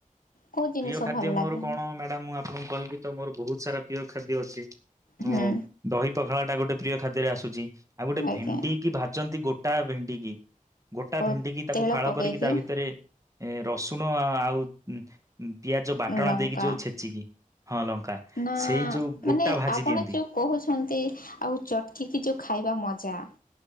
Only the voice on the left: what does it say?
କୋଉ ଜିନିଷ
ଭଲ ଲାଗେ
ହୁଁ
ଆଜ୍ଞା
ଓ
ତେଳ
ପକେଇକି
ଲଙ୍କା
ନା
ମାନେ
ଆପଣ
ଯୋଉ କହୁଛନ୍ତି ଆକୁ ଚଟକିକି ଯୋଉ ଖାଇବା ମ ଜା